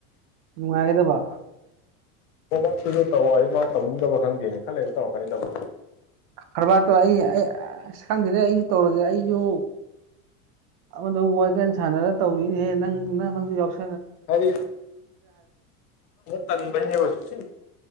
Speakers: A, on the right; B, on the left.
A: ꯅꯨꯡꯉꯥꯏꯒꯗꯕ
B: ꯣꯇꯨꯁꯨ ꯇꯧꯑꯣ ꯑꯗꯨ ꯃꯥ ꯇꯧꯅꯤꯡꯗꯕ ꯈꯪꯗꯦꯅꯦ ꯈꯜꯂꯦꯁꯨ ꯇꯧꯔꯛꯀꯅꯤ ꯇꯧꯕꯗꯤ
A: ꯀꯔꯕꯥꯔ ꯇꯧꯔ ꯑꯩ ꯑꯩ ꯈꯪꯗꯗꯩ ꯑꯩꯁꯨ ꯇꯧꯔꯁꯦ ꯑꯩꯁꯨ ꯑꯃꯗꯨ ꯋꯥꯏꯒꯦꯟ ꯁꯥꯟꯅꯔ ꯇꯧꯔꯤꯅꯦꯦ ꯅꯪ ꯅꯪ ꯅꯪꯁꯨ ꯌꯥꯎꯁ
B: ꯑꯔꯤ ꯇꯟꯕꯅꯤꯁ